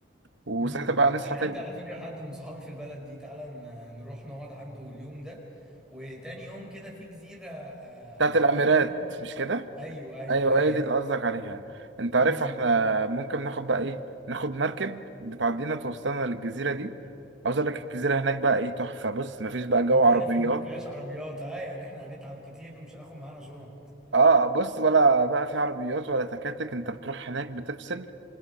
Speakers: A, on the right; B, in the centre.
A: وساعتها
B: امم
A: بقى نصحى
B: انا
A: تاني
B: عندي على فكره حد من صحابي في البلد دي تعالى ن- نروح نقعد عنده اليوم ده وتاني يوم كده في جزيره آه،
A: بتاعت
B: حوالين
A: الاميرات
B: ال...
A: مش كده
B: ايوه ايوه
A: ايوه
B: هي
A: هي دي
B: دي
A: اللي قصدك عليها انت عارف
B: امم
A: احنا ممكن ناخد بقى ايه ناخد مركب بتعدينا توصلنا للجزيره دي عاوز اقول لك الجزيره هناك بقى ايه تحفه بص مفيش بقى جو
B: انت
A: عربيات
B: عارف ان ما فيهاش عربيات ها يعني احنا هنتعب كتير ومش هناخد معانا شنط
A: اه بص ولا بقى في عربيات ولا تكاتك انت بتروح هناك بتفصل